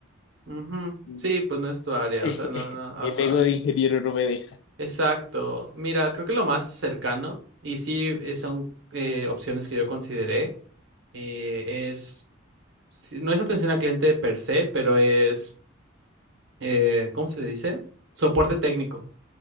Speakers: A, on the right (about 65°); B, on the left (about 65°).
A: Ujú.
B: mm,
A: Sí, pues
B: <laughs>
A: no es tu área, o sea, no, no, ajá.
B: el ego de ingeniero no me deja.
A: Exacto. Mira, creo que lo más cercano, y sí eh, son eh, opciones que yo consideré, eh, es, sí, no es atención al cliente per se, pero es, eh, ¿cómo se le dice? Soporte técnico.